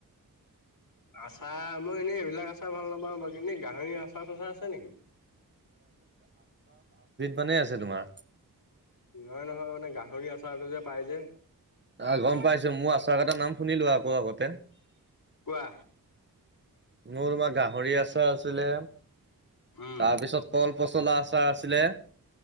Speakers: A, on the left (about 65°); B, on the right (about 30°).
A: আচাৰ মই এনেই এইবিলাক আচাৰ ভাল নাপাওঁ বাৰু এনেই গাহৰি আচাৰ-চাচাৰ আছে নেকি?
B: মানে আছে তোমাৰ
A: নহয় নহয় মানে গাহৰি আচাৰটো যে পাই যে
B: আহ গম পাইছোঁ মোৰ আচাৰ কেইটা নাম শুনি লোৱা আকৌ আগত
A: কোৱা?
B: মোৰ তোমাৰ গাহৰি আচাৰ আছিলে
A: উম
B: তাৰপিছত কল-পচলা আচাৰ আছিলে